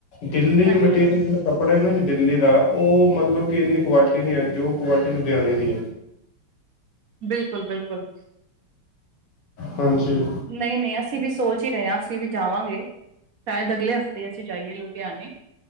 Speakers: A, on the left; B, on the right.
A: ਦਿੱਲੀ
B: ਹਾਂਜੀ-ਹਾਂਜੀ,
A: ਮਟੀਰੀਅਲ ਜਿਹੜਾ ਕੱਪੜਾ ਹੈ ਨਾ ਜੀ ਦਿੱਲੀ ਦਾ ਉਹ ਮਤਲਬ ਕਿ ਇੰਨੀ ਕੁਆਲਿਟੀ ਨੇ ਹੈ ਜੋ ਕੁਆਲਿਟੀ ਲੁਧਿਆਣੇ ਦੀ ਹੈ
B: ਬਿਲਕੁਲ ਬਿਲਕੁਲ
A: ਹਾਂਜੀ।
B: ਨਹੀਂ ਨਹੀਂ ਅਸੀਂ ਵੀ ਸੋਚ ਹੀ ਰਹੇ ਹਾਂ ਅਸੀਂ ਵੀ ਜਾਵਾਂਗੇ ਸ਼ਾਇਦ ਅਗਲੇ ਹਫ਼ਤੇ ਅਸੀਂ ਜਾਈਏ ਲੁਧਿਆਣੇ